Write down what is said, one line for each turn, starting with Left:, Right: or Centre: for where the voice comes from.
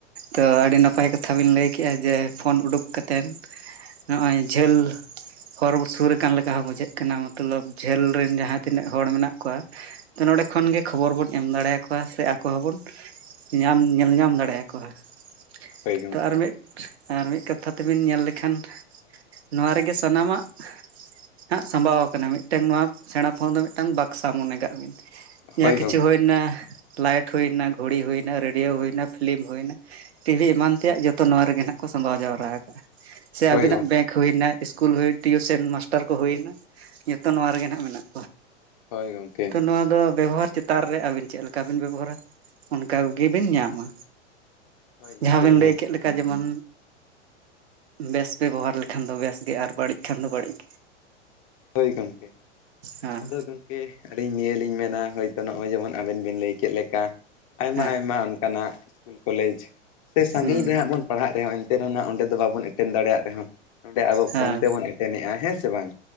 Right: ᱛᱚ ᱟᱹᱰᱤ ᱱᱟᱯᱟᱭ ᱠᱟᱛᱷᱟ ᱵᱤᱱ ᱞᱟᱹᱭ ᱠᱮᱫᱼᱟ ᱾ ᱡᱮ ᱯᱷᱳᱱ ᱩᱰᱩᱠ ᱠᱟᱛᱮᱱ ᱱᱚᱜᱼᱚᱭ ᱡᱷᱟᱹᱞ ᱦᱚᱨ ᱥᱩᱨ ᱟᱠᱟᱱ ᱞᱮᱠᱟ ᱦᱚᱸ ᱵᱩᱡᱷᱟᱹᱜ ᱠᱟᱱᱟ᱾ ᱢᱚᱛᱞᱚᱵ ᱡᱷᱽᱟᱹᱞ ᱨᱮᱱ ᱡᱟᱦᱟᱸ ᱛᱤᱱᱟᱹᱜ ᱦᱚᱲ ᱢᱮᱱᱟᱜ ᱠᱚᱣᱟ᱾ ᱱᱚᱰᱮᱸ ᱠᱷᱚᱱ ᱜᱮ ᱠᱷᱚᱵᱚᱨ ᱵᱚᱱ ᱮᱢ ᱫᱟᱲᱮᱸ ᱟᱠᱚᱣᱟ᱾ ᱥᱮ ᱟᱠᱚ ᱦᱚᱸᱵᱚᱱ ᱧᱟᱢ, ᱧᱮᱞ ᱧᱟᱢ ᱫᱟᱲᱮ ᱟᱠᱚᱣᱟ ᱾
Left: ᱦᱳᱭ ᱜᱚᱝᱠᱮ
Right: ᱛᱚ ᱟᱨ ᱢᱤᱫ ᱟᱨ ᱢᱤᱫ ᱠᱟᱛᱷᱟ ᱛᱮᱵᱮᱱ ᱧᱮᱞ ᱞᱮᱠᱷᱟᱱ, ᱱᱚᱣᱟ ᱨᱮᱜᱮ ᱥᱟᱱᱟᱢᱟᱜ ᱦᱟᱜ ᱥᱟᱸᱵᱟᱣ ᱟᱠᱟᱱᱟ, ᱢᱤᱫᱴᱟᱝ ᱱᱚᱣᱟ ᱥᱮᱬᱟᱸ ᱯᱷᱳᱱ ᱫᱚ ᱢᱤᱫᱴᱟᱝ ᱵᱟᱠᱥᱟ ᱢᱚᱱᱮ ᱠᱟᱜ ᱵᱤᱱ ᱡᱟᱦᱟᱸ
Left: ᱦᱳᱭ
Right: ᱠᱤᱪᱷᱩ
Left: ᱜᱚᱝᱠᱮ
Right: ᱦᱩᱭ ᱮᱱᱟ, ᱞᱟᱭᱤᱴ ᱦᱩᱭᱱᱟ, ᱜᱷᱩᱲᱤ ᱦᱩᱭ ᱮᱱᱟ, ᱨᱮᱰᱤᱭᱳ ᱦᱩᱭᱱᱟ, ᱯᱷᱤᱞᱤᱢ ᱦᱩᱭ ᱮᱱᱟ, ᱴᱤᱵᱷᱤ ᱮᱢᱟᱱ ᱛᱮᱭᱟᱜ ᱡᱚᱛᱚ ᱱᱚᱣᱟ᱾ ᱨᱮᱜᱮ ᱱᱟᱦᱟᱜ ᱠᱚ ᱥᱟᱢᱵᱟᱣ ᱡᱟᱣᱨᱟ ᱟᱠᱟᱜᱼᱟ᱾ ᱥᱮ
Left: ᱦᱳᱭ
Right: ᱟᱵᱤᱱᱟᱜ
Left: ᱜᱚᱝᱠᱮ
Right: ᱵᱮᱝᱠ ᱦᱩᱭ ᱮᱱᱟ, ᱤᱥᱠᱩᱞ ᱦᱩᱭ ᱮᱱᱟ, ᱴᱤᱭᱩᱥᱚᱱ ᱢᱟᱥᱴᱟᱨ ᱠᱚ ᱦᱩᱭᱮᱱᱟ᱾ ᱡᱚᱛᱚ ᱱᱚᱣᱟ ᱨᱮᱜᱮ ᱱᱟᱜ ᱢᱮᱱᱟᱜ
Left: ᱦᱳᱭ ᱜᱚᱝᱠᱮ
Right: ᱛᱚ ᱱᱚᱣᱟ ᱫᱚ ᱵᱮᱵᱚᱦᱟᱨ ᱪᱮᱛᱟᱱ ᱨᱮ, ᱟᱵᱤᱱ ᱪᱮᱫ ᱞᱮᱠᱟ ᱵᱤᱱ ᱵᱮᱵᱚᱦᱟᱨᱟ ᱾ᱚᱱᱠᱟ ᱜᱮᱵᱤᱱ ᱧᱟᱢᱟ᱾
Left: ᱦᱳᱭ ᱜᱚᱝᱠᱮ
Right: ᱡᱟᱦᱟᱸ ᱵᱤᱱ
Left: ᱱᱤᱦᱟᱹᱛᱤ
Right: ᱞᱟᱹᱭ ᱠᱮᱫ ᱞᱮᱠᱟ ᱡᱮᱢᱚᱱ ᱵᱮᱥ ᱯᱮ ᱵᱮᱵᱚᱦᱟᱨ ᱞᱮᱠᱷᱟᱱ ᱫᱚ, ᱵᱮᱥ ᱜᱮ ᱟᱨ ᱵᱟᱹᱲᱤᱡ ᱠᱷᱟᱱ ᱫᱚ ᱵᱟᱹᱲᱤᱡ ᱜᱮ᱾
Left: ᱦᱳᱭ ᱜᱚᱝᱠᱮ
Right: ᱦᱮᱸ
Left: ᱟᱫᱚ ᱜᱚᱝᱠᱮ ᱟᱹᱞᱤᱧ ᱱᱤᱭᱟᱹ ᱞᱤᱧ ᱢᱮᱱᱟ ᱦᱳᱭᱛᱚ ᱱᱚᱣᱟ᱾ ᱱᱚᱜᱼᱚᱭ ᱡᱮᱢᱚᱱ ᱟᱵᱮᱱ ᱵᱤᱱ ᱞᱟᱹᱭ ᱠᱮᱫ ᱞᱮᱠᱟ᱾ ᱟᱭᱢᱟ
Right: ᱦᱮᱸ
Left: - ᱟᱭᱢᱟ ᱚᱱᱠᱟᱱᱟᱜ ᱤᱥᱠᱩᱞ ᱠᱚᱞᱮᱡᱽ, ᱥᱮ ᱥᱟᱺᱜᱤᱧ
Right: ᱦᱩᱸ
Left: ᱨᱮᱦᱲᱜ ᱵᱚᱱ ᱯᱟᱲᱦᱟᱜ ᱨᱮᱦᱚᱸ ᱮᱱᱛᱮ ᱨᱮᱦᱚᱸ ᱚᱸᱰᱮ ᱫᱚ ᱵᱟᱵᱚᱱ ᱮᱴᱠ ᱮᱴᱮᱱ ᱫᱟᱲᱮᱭᱟᱜ ᱨᱮᱦᱚᱸ ᱱᱚᱸᱰᱮ ᱟᱵᱚ
Right: ᱦᱮᱸ
Left: ᱯᱷᱳᱱ ᱛᱮᱵᱚᱱ ᱮᱴᱮᱱᱮᱜᱼᱟ᱾ ᱦᱮᱸ ᱥᱮ ᱵᱟᱝ?